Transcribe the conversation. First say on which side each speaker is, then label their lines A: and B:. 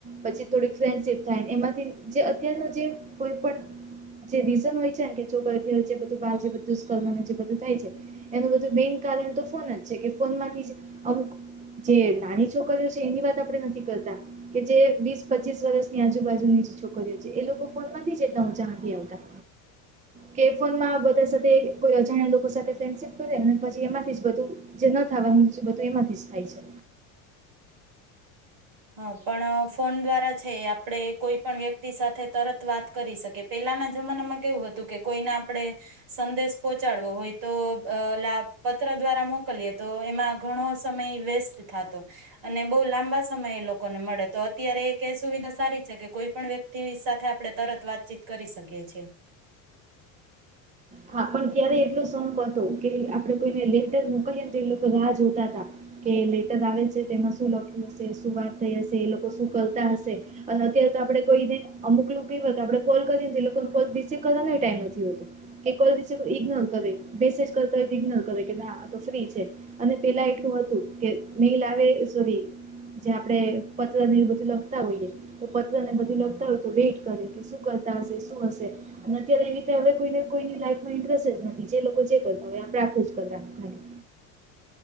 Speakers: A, on the right; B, on the right.
A: પછી થોડીક ફ્રેન્ડશીપ થાય એમાંથી જે અત્યાર જે કોઈ પણ જે રીઝન હોય છેને છોકરી બારુકું થાય છે એનું બધું મેન કારણ તો ફોન જ છે કે ફોનમાંથી અમુક જે નાની છોકરીઓ છે એની વાત આપણે નથી કરતા કે જે વીસ પચીસ વર્ષની આજુબાજુની જે છોકરીઓ છે એ લોકો ફોન માંથી એટલા ઊંચા નથી આવતા કે ફોનમાં બધા સાથે કોઈ અજાણ્યા લોકો સાથે ફ્રેન્ડશીપ કરે અને પછી એમાંથી બધું જે ન થવાનું બધું એમાંથી જ થાય છે
B: હા પણ ફોન દ્વારા છે આપણેે કોઈ પણ વ્યક્તિ સાથે તરત વાત કરી શકી પેલાના જમાનામાં કેવું હતું કે કોઈને આપણે સંદેશ પહોંચાડવો હોય તો લાભ પત્ર દ્વારા મોકલીએ તો એમાં ઘણો સમય વેસ્ટ થા તો અને બહુ લાંબા સમય એ લોકોને મળે તો અત્યારે એક સુવિધા સારી છે કે કોઈ પણ વ્યક્તિ ની સાથે આપણે તરત વાતચીત કરી શકીએ છીએ
A: હા પણ ત્યારે એટલો સપ હતો કે આપડે કોઈને લેટર મોકલીએ તો એ લોકો રાહ જોતા હતા કે લેટર આવે છે તેમાં શું લખ્યું છે શું વાત થઈ હશે એ લોકો શું કરતા હશે અને અત્યારે તો આપડે કોઈને અમુક લોકો કેવા આપડે કોલ કરીએ એ લોકો કોલ રિસીવ કરવાનો ટાઈમ નથી હોતો એ કોલ રિસવ ઈગ્નોર કરે મેસેજ કરતા હોય તો ઈગ્નોર કરે કે ના તો ફ્રી છે અને પેલા એટલું હતું કે મેલ આવે સોરી જે આપણે પત્ર ને બધું લખતા હોઈએ તો પત્ર ને બધું લખતા હોય તો વેટ કરે કે શું કરતા હશે શું હશે અને અત્યારે એ રીતે હવે કોઈ કોઈની લાફમાં ઇન્ટરેસ્ટ જ નથી જે લોકો જે કરતા હોય આપણે આપડુ કરવાનું ખાલી